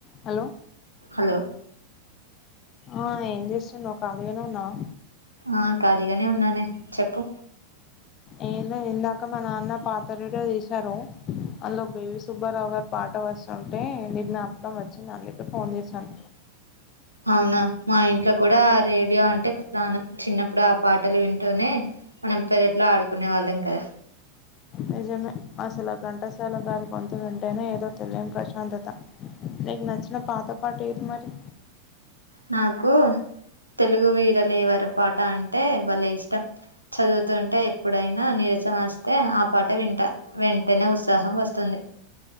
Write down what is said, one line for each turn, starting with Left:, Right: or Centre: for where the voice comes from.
Left: హలో
Right: హలో
Left: ఆ ఏం చేస్తున్నావ్ ఖాళీగానే ఉన్నావా
Right: ఆ ఖాళీగానే ఉన్నానే చెప్పు
Left: ఏమ్ లే ఇందాక మా నాన్న పాత రేడియో తీశారు. అందులో బేబీ సుబ్బారావు గారు పాట వస్తుంటే ని జ్ఞాపకం వచ్చింది. అందుకే ఫోన్ చేశాను
Right: అవునా మా ఇంట్లో కూడా రేడియో అంటే ప్రాణం చిన్నప్పుడు ఆ పాటలు వింటూనే మనం పెరట్లో ఆడుకునే వాళ్ళం. కదా
Left: నిజమే అసలు ఆ ఘంటసాల గారి పాట వింటేనే ఏదో తెలియని ప్రశాంతత నీకు నచ్చిన పాత పాట ఏది మరి
Right: నాకు తెలుగు వీరలేవరి పాట అంటే భలే ఇష్టం. చదువుతుంటే ఎప్పుడైనా నీరసం వస్తే ఆ పాట వింట వేంటనే ఉత్సాహం వస్తుంది.